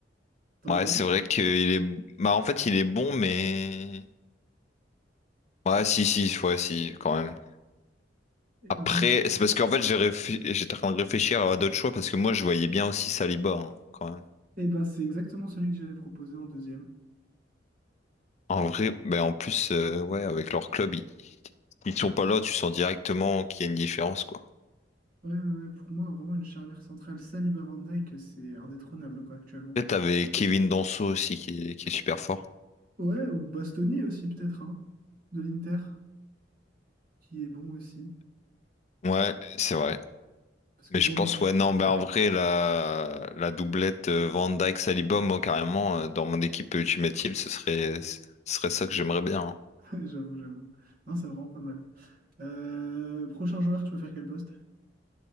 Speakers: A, on the right; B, on the left.
A: T'en
B: Ouais,
A: non?
B: c'est vrai qu'il est, bah, en fait, il est bon, mais, ouais, si, si, ouais, si, quand même.
A: Et
B: Après,
A: moi-
B: c'est parce qu'en fait, j'ai réfl- j'étais en train de réfléchir à d'autres choix parce que moi, je voyais bien aussi Saliba, hein, quand même.
A: eh ben, c'est exactement celui que j'allais proposer en deuxième.
B: En vrai, ben en plus, euh, ouais, avec leur club, ils, ils sont pas là, tu sens directement qu'il y a une différence, quoi.
A: Ouais, ouais, ouais, pour moi, vraiment une charnière centrale Saliba Van Dyke, c'est indétrônable quoi, actuellement.
B: Peut-être t'avais Kevin Danso aussi qui est, qui est super fort.
A: Ouais, ou Bastoni aussi, peut-être, hein, de l'Inter, qui est bon aussi.
B: Ouais, c'est vrai.
A: Parce
B: Mais
A: que dans.
B: je pense, ouais, non, mais en vrai, la, la doublette euh, Van Dijk-Saliba, moi, carrément, euh, dans mon équipe Ultimate Team, ce serait, ce serait ça que j'aimerais bien. hein.
A: <laughs> J'avoue, j'avoue. Non, c'est vraiment pas mal. Euh, prochain joueur, tu vas faire quel poste?